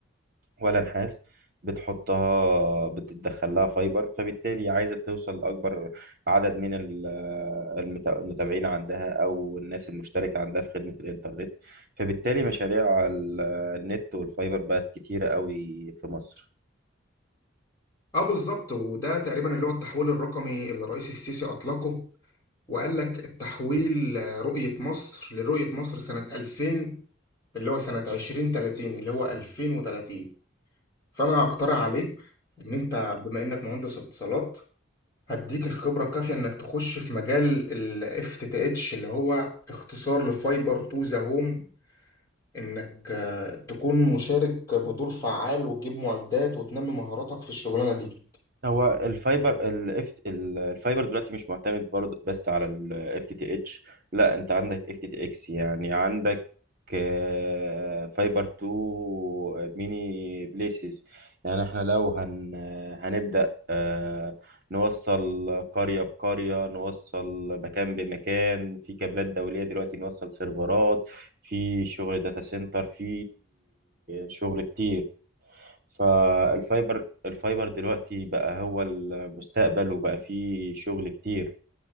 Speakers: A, on the right; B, on the left.
A: ولا نحاس بتحطها بتدخل لها فايبر فبالتالي عايزة توصل لأكبر عدد من ال- المت- المتابعين عندها أو الناس المشتركة عندها في خدمة الإنترنت فبالتالي مشاريع ال- النت والفايبر بقت كتيرة قوي في مصر
B: اه بالظبط وده تقريبا اللي هو التحويل الرقمي اللي الرئيس السيسي أطلقه وقال لك التحويل آه، رؤية مصر لرؤية مصر سنة 2000 اللي هو سنة 2030 اللي هو 2030 فأنا هقترح عليك إن أنت بما إنك مهندس اتصالات هديك الخبرة الكافية انك تخش في مجال ال FTTH اللي هو اختصار لفايبر تو ذا هوم انك آه، تكون مشارك بدور فعال وتجيب معدات وتنمي مهاراتك في الشغلانة دي
A: هو الفايبر الاف الفايبر دلوقتي مش معتمد برضه بس على الاف تي تي اتش لا انت عندك اف تي تي اكس يعني عندك آه، فايبر تو آه، ميني بليسز يعني احنا لو هن هنبدأ آه، نوصل قرية بقرية نوصل مكان بمكان في كابلات دولية دلوقتي نوصل سيرفرات في شغل داتا سنتر في شغل كتير فالفايبر الفايبر دلوقتي بقى هو المستقبل وبقى فيه شغل كتير